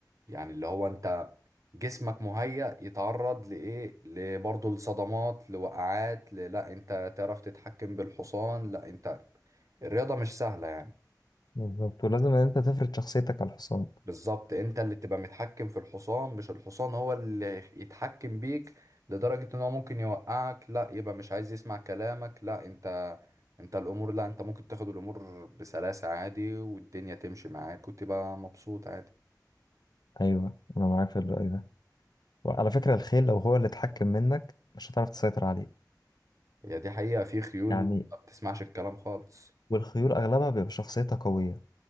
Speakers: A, on the right; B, on the left.
A: يعني اللي هو انت جسمك مهيأ يتعرض لإيه لبرضه لصدمات لوقعات ل- لا انت تعرف تتحكم بالحصان لا انت الرياضة مش سهلة يعني
B: بالظبط ولازم ان انت تفرض شخصيتك على الحصان
A: بالظبط انت اللي تبقى متحكم في الحصان مش الحصان هو اللي يتحكم بيك لدرجة ان هو ممكن يوقعك لا يبقى مش عايز يسمع كلامك لا انت انت الامور لا انت ممكن تاخد الامور بسلاسة عادي والدنيا تمشي معاك وتبقى مبسوط عادي
B: ايوه انا معاك في الرأي ده وعلى فكرة الخيل لو هو اللي اتحكم منك مش هتعرف تسيطر عليه
A: هي دي حقيقة في خيول
B: يعني
A: ما بتسمعش الكلام خالص
B: والخيول اغلبها بيبقى شخصيتها قوية